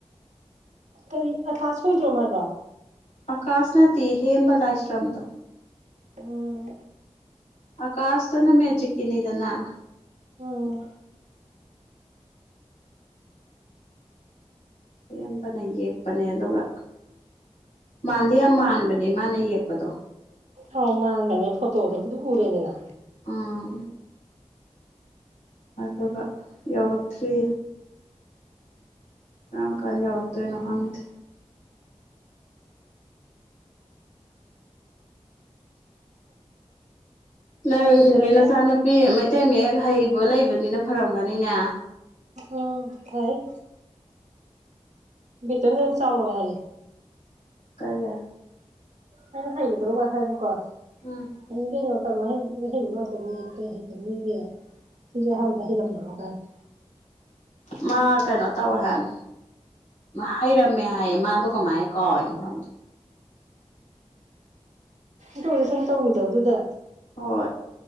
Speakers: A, on the right; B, on the left.
A: ꯀꯔꯤ ꯑꯀꯥꯁ ꯍꫭꯏꯗ꯭ꯔꯣ ꯍꯥꯏꯕ꯭ꯔꯣ
B: ꯑꯀꯥꯁ ꯅꯠꯇꯦ ꯍꯦꯝꯕ ꯂꯥꯏꯁ꯭ꯔꯝꯗꯣ
A: ꯎꯝ
B: ꯑꯀꯥꯥꯁ ꯇꯨꯅ ꯃꯦꯖꯤꯛꯀꯤꯅꯤꯗꯅ
A: ꯎꯝ
B: ꯍꯦꯝꯕꯅ ꯌꯦꯛꯄꯅꯦ ꯑꯗꯨꯒ ꯃꯥꯟꯗꯤ ꯌꯥꯝ ꯃꯥꯟꯕꯅꯦ ꯃꯥꯅ ꯌꯦꯛꯄꯗꯣ
A: ꯑꯥꯎ ꯃꯥꯟꯕꯅꯦ ꯐꯣꯇꯣꯗꯕꯨꯗꯤ ꯎꯔꯦꯗꯅ
B: ꯎꯝ ꯑꯗꯨꯒ ꯌꯧꯔꯛꯇ꯭ꯔꯤ ꯀꯔꯝ ꯀꯥꯟ ꯌꯧꯔꯛꯇꯣꯏꯅꯣ ꯈꯪꯗꯦ ꯅꯪꯗꯤ
A: ꯌꯧꯖꯔꯛꯑꯗꯝꯅꯤ
B: ꯅꯆꯥꯅꯨꯄꯤ ꯃꯩꯇꯩ ꯃꯌꯦꯛ ꯍꯩꯕ ꯂꯩꯕꯅꯤꯅ ꯐꯔꯝꯒꯅꯤꯅꯦ
A: ꯎꯝ ꯍꯩ ꯕꯤꯇꯟ ꯌꯥꯝ ꯆꯥꯎꯅꯒ ꯍꯩꯌꯦ
B: ꯀꯩꯒꯤ
A: ꯑꯩꯅ ꯍꯩꯒꯗ꯭ꯔꯣꯒ ꯍꯥꯏꯕꯀꯣ
B: ꯎꯝ
A: ꯍꯩꯅꯤ ꯀꯩꯅꯣ ꯇꯝꯃ ꯍꯩ ꯂꯣꯏ ꯍꯩꯕ ꯉꯥꯛꯇꯅꯤ ꯀꯩ ꯍꯩꯇꯅꯤꯒꯦ ꯑꯩꯖꯨ ꯑꯍꯥꯟꯕꯗ ꯍꯩꯔꯝꯕꯔꫭ ꯀꯥꯏꯅ
B: ꯃꯥ ꯀꯩꯅꯣ ꯇꯧꯋꯦ ꯍꯥꯏ ꯍꯩꯔꯝꯃꯦ ꯍꯥꯏꯌꯦ ꯃꯥꯗꯣ ꯀꯃꯥꯏ ꯀꯥꯎꯔꯤꯅꯣ ꯈꯪꯗꯦ
A: ꯑꯗꫭꯏꯖꯨ ꯁꯨꯝ ꯇꯧꯒꯤꯗꯕꯗꯨꯗ
B: ꯍꯣꯏ